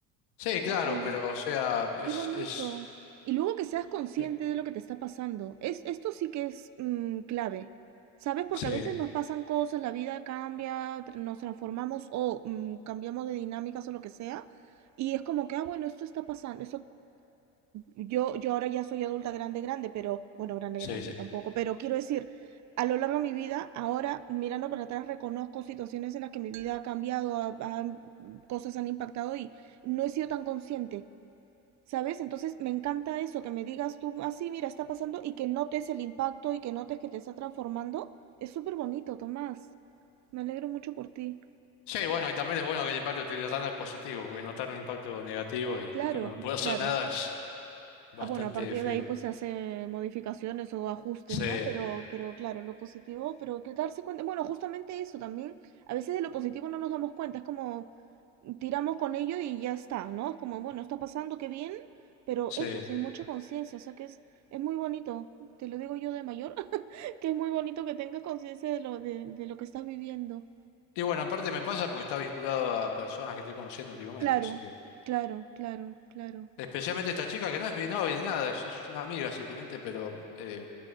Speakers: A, on the left (about 65°); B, on the right (about 45°).
A: sí, claro,
B: O que-
A: pero o sea, es...
B: Qué bonito.
A: es
B: Y luego que seas consciente
A: eh,
B: de lo que te está pasando. Es, esto sí que es mm, clave. ¿Sabes? Porque
A: Sí,
B: a veces nos pasan cosas, la vida cambia, tra- nos transformamos o mm, cambiamos de dinámicas o lo que sea. Y es como que, ah, bueno, esto está pasando, yo, yo ahora ya soy adulta grande, grande, pero bueno, grande,
A: sí,
B: grande
A: sí.
B: tampoco. Pero quiero decir, a lo largo de mi vida, ahora mirando para atrás, reconozco situaciones en las que mi vida ha cambiado, ha- ha- cosas han impactado y no he sido tan consciente, ¿sabes? Entonces me encanta eso, que me digas tú así, mira, está pasando y que notes el impacto y que notes que te está transformando. Es súper bonito, Tomás. Me alegro mucho por ti.
A: Sí, bueno, y también es bueno que el impacto que estoy notando es positivo, porque notar un impacto negativo y,
B: Claro,
A: y que uno no puede hacer
B: claro.
A: nada es bastante
B: Ah, bueno, a partir
A: feo.
B: de ahí pues se hace modificaciones o ajustes,
A: Sí,
B: ¿no? Pero, pero claro, lo positivo, pero que darse cuenta, bueno, justamente eso también, a veces de lo positivo no nos damos cuenta, es como tiramos con ello y ya está, ¿no? Es como, bueno, está pasando, qué bien, pero
A: sí.
B: eso, sin mucha conciencia, o sea que es, es muy bonito, te lo digo yo de mayor, <laughs> que es muy bonito que tengas conciencia de lo, de, de lo que estás viviendo.
A: Y bueno, aparte me pasa porque está vinculado a personas que estoy conociendo últimamente,
B: Claro,
A: así que...
B: claro, claro, claro.
A: Especialmente esta chica que no es mi novia ni nada, es, es una amiga simplemente, pero eh,